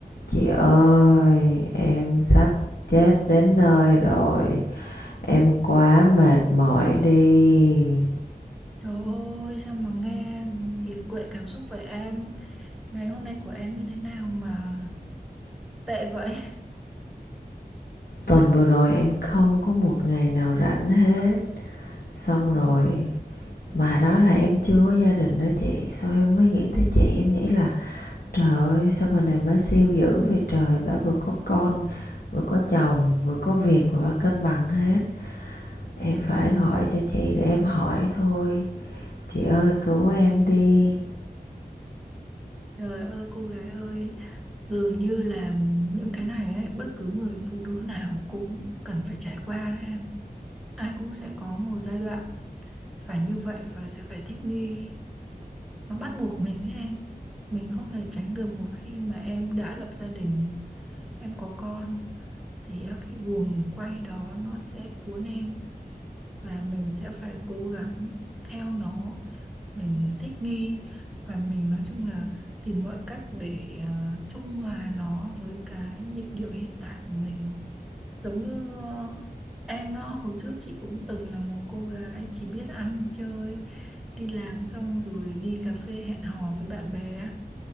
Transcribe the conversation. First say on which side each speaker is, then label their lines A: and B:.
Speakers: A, on the left; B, in the centre.
A: Chị ơi, em sắp chết đến nơi rồi. Em quá mệt
B: Ờ.
A: mỏi đi.
B: Trời ơi sao mà nghe kiệt quệ cảm xúc vậy em Ngày hôm nay của em như thế nào mà tệ vậy
A: Tuần vừa rồi em không có một ngày nào rảnh hết. Xong
B: wow.
A: rồi, mà đó là em chưa có gia đình đó chị. sau em mới nghĩ tới chị, em nghĩ là trời ơi, sao bà này bà siêu dữ vậy trời. Bà vừa có con, vừa có chồng, vừa có việc mà bà cân bằng hết. Em phải gọi cho chị để em hỏi thôi. Chị ơi, cứu em đi.
B: Trời ơi cô gái ơi Dường như là những cái này ấy Bất cứ người phụ nữ nào cũng cần phải trải qua đấy em Ai cũng sẽ có một giai đoạn Phải như vậy và sẽ phải thích nghi Nó bắt buộc mình đấy em Mình không thể tránh được một khi mà em đã lập gia đình Em có con Thì á, cái guồng quay đó nó sẽ cuốn em và mình sẽ phải cố gắng theo nó mình thích nghi và mình nói chung là tìm mọi cách để ờ, trung hòa nó với cái nhịp điệu hiện tại của mình giống như ờ, em đó hồi trước chị cũng từng là một cô gái chỉ biết ăn chơi đi làm xong rồi đi cà phê hẹn hò với bạn bè